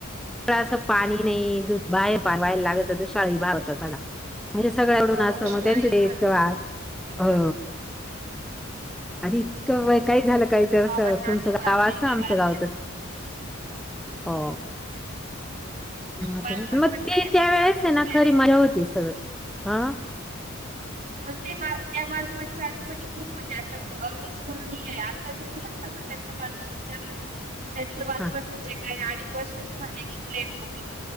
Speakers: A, in the centre; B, on the right (about 35°).
A: ळं असं पाणी नाही दूध बाहेर बाहेयला लागायचं दुष्काळी भार होता सगळा म्हणजे सगळ आवडून
B: हो
A: असं
B: दुष्काळी
A: मग त्यांचे
B: भाग
A: ते इतकं
B: आहे ना
A: वा
B: तिकडे तांबडकडे
A: हो आणि इतकं वय काही झालं काही तर
B: गावाचा
A: तुमचं गाव
B: बांधे
A: असं
B: वेगळा
A: आमचं
B: असतात
A: गाव तस हो मं आता
B: बालपण
A: मग
B: म्हटलं
A: ते
B: का
A: त्या वेळेस
B: चालतच
A: आहे ना
B: डायरेक्ट
A: खरी मजा होती सगळी आं
B: मग ते बा त्या बालपणच्या आठवणी खूप म्हणजे असं अविस्मरणीय आहे आ ताच्या मुलांना जर त्यांचं बालपण विचारलं ना त्यांचं बालपण
A: हां.
B: म्हणजे काय अडीच वर्षाचे झाले की प्ले गृप